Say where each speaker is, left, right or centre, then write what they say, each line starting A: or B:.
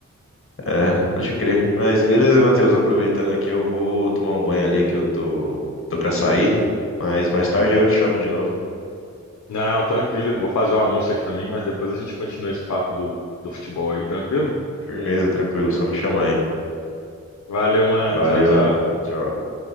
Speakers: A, on the left; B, on the left.
A: É, pode crer. Mas beleza, Matheus, aproveitando aqui, eu vou tomar um banho ali que eu tô, tô pra sair. Mas mais tarde eu te chamo de novo.
B: Não, tranquilo. Vou fazer o almoço aqui também, mas depois a gente continua esse papo do, do futebol aí, tranquilo?
A: Firmeza, tranquilo, só me chamar aí.
B: Valeu, mano.
A: Valeu,
B: Tchau, tchau.
A: mano. Tchau, tchau.